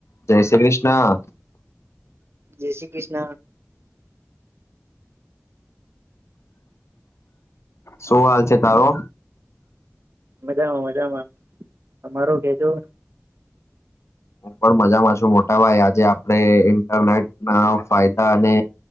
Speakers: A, on the left; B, on the right.
A: જય શ્રી ક્રિષ્ના.
B: જય શ્રી ક્રિષ્ન.
A: શું હાલ છે તારો?
B: મજામાં મજામાં, અમારો કેજો.
A: હું પણ મજામાં છું, મોટાભાઈ. આજે આપણે ઇન્ટરનેટના ફાયદા અને